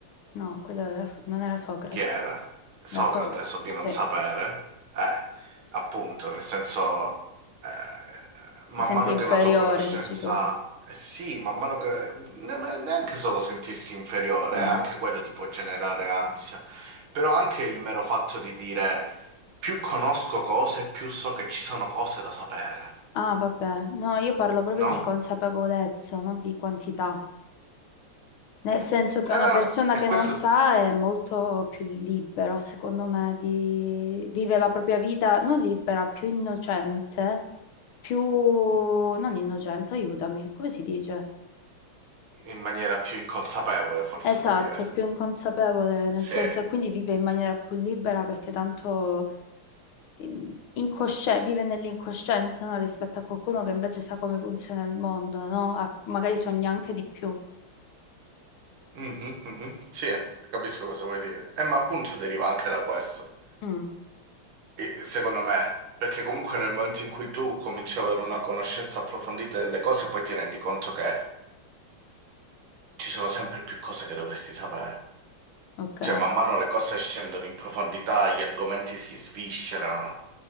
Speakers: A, on the left; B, on the right.
A: No, quello era- non era Socrate.
B: Chi era? Socrate,
A: Era Socrate,
B: so di non
A: sì.
B: sapere. Eh, appunto, nel senso, eh, man
A: Ti senti
B: mano
A: inferiore,
B: che la tua conoscenza,
A: dici tu.
B: eh, sì, man mano che ne- ne- neanche solo sentirsi inferiore,
A: Sì.
B: eh, anche quello ti può generare ansia, però anche il mero fatto di dire più conosco cose, più so che ci sono cose da sapere,
A: Ah, vabbè. No, io parlo proprio
B: no?
A: di consapevolezza, non di quantità. Nel senso che una
B: E, no,
A: persona
B: e
A: che
B: questo
A: non sa è molto più libera, secondo me, di... vive la propria vita non libera, più innocente, più... non innocente, aiutami, come si dice?
B: in maniera più inconsapevole, forse
A: Esatto,
B: puoi dire.
A: è più inconsapevole, nel
B: Sì,
A: senso che quindi vive in maniera più libera perché tanto ehm, incosce- vive nell'incoscienza, no? Rispetto a qualcuno che invece sa come funziona il mondo, no? Ah, magari sogna anche di più.
B: Mhm, mhm. Sì, capisco cosa vuoi dire. Eh, ma appunto deriva anche da questo,
A: Mm,
B: e- secondo me, perché comunque nel momento in cui tu cominci ad avere una conoscenza approfondita delle cose, poi ti rendi conto che ci sono sempre più cose che dovresti sapere.
A: ok,
B: Cioè, man mano le cose scendono in profondità, gli argomenti si sviscerano,